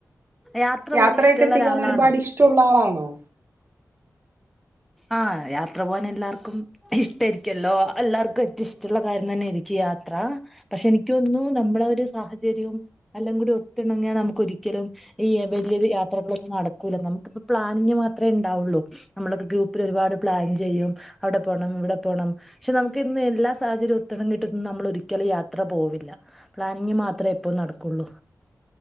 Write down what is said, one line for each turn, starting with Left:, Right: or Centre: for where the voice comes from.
Centre: യാത്ര
Right: യാത്രയൊക്കെ
Centre: പോകാൻ ഇഷ്ടമുള്ള
Right: ചെയ്യാൻ
Centre: ഒരാളാണോ
Right: ഒരുപാട് ഇഷ്ട്ട ഉള്ള ആളാണോ?
Centre: ആഹ്, യാത്ര പോവാൻ എല്ലാർക്കും ഇഷ്ട്ടേരിക്കല്ലോ എല്ലാർക്കും ഏറ്റം ഇഷ്ട്ടള്ള കാര്യം തന്നേരിക്കും യാ യാത്ര പഷേ എനിക്കോന്നുന്നു നമ്മളെ ഒരു സാഹചര്യവും എല്ലാം കൂടി ഒത്തിണങ്ങിയാ നമുക്ക് ഒരിക്കലും ഈ വലിയത് യാത്രകളൊന്നും നടക്കൂല നമുക്കിപ്പ പ്ലാനിങ് മാത്രേണ്ടാവൊള്ളൂ. നമ്മളൊക്കെ ഗ്രൂപ്പിൽ ഒരുപാട് പ്ലാൻ ചെയ്യും. അവടെ പോണം ഇവടെ പോണം. പഷേ നമുക്ക് ഇന്ന് എല്ലാ സാഹചര്യവും ഒത്ത് ണങ്ങീട്ടൊന്നും നമ്മള് ഒരിക്കലും യാത്ര പോവില്ല പ്ലാനിങ്ങ് മാത്രേ എപ്പോം നടക്കൊള്ളൂ.